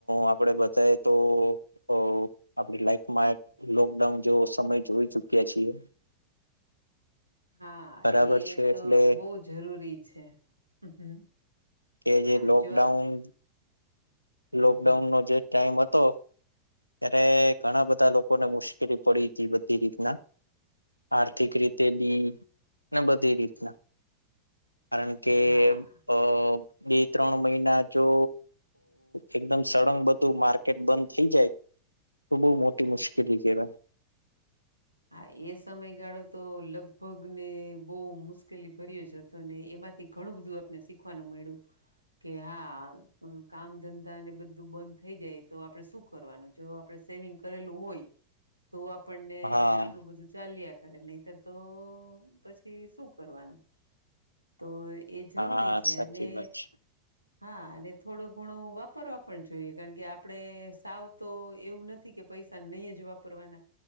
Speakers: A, on the left (about 85°); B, on the right (about 85°).
A: આપડે બતાયે તો તો આપણી લાઈફમાં એક લોકડાઉન જેવો વો સમય જોઈ ચુક્યા છીએ.
B: હા
A: બરાબર
B: એ
A: છે
B: તો
A: એટલે
B: બહુ જરૂરી છે હમ હમ.
A: કે
B: હા
A: જે લોકડાઉન
B: જો આ હમ
A: લોકડાઉનનો
B: હમ
A: જે ટાઈમ હતો ત્યારે ઘણા બધા લોકોને મુશ્કેલી પડી હતી બધી રીતના આર્થિક રીતે બી ને બધી રીતના. કારણ કે
B: હા
A: અ બે ત્રણ મહિના જો એકદમ સળંગ બધું માર્કેટ બંધ થઈ જાય તો બહુ મોટી મુશ્કેલી કહેવાય.
B: હા એ સમયગાળો તો લગભગને બહુ મુશ્કેલી ભર્યો જ છે હતો ને એમ માંથી ઘણું બધું આપને શીખવાનું મયળુ કે હા કામ ધંધાને બધું બંધ થઈ જાય તો આપણે શું કરવાનું જો આપણે સેવિંગ કરેલું હોય તો આપણને
A: હા
B: આપણું બધું ચાલ્યા કરે નહીતર તો પછી શું કરવાનું? તો એ જરૂરી
A: હા
B: છે
A: સાચી
B: ને
A: વાત છે
B: હા અને થોડું ઘણું વાપરવા પણ જોઈએ કારણ કે આપણે સાવ તો એવું નથી કે પૈસા નહીં જ વાપરવાના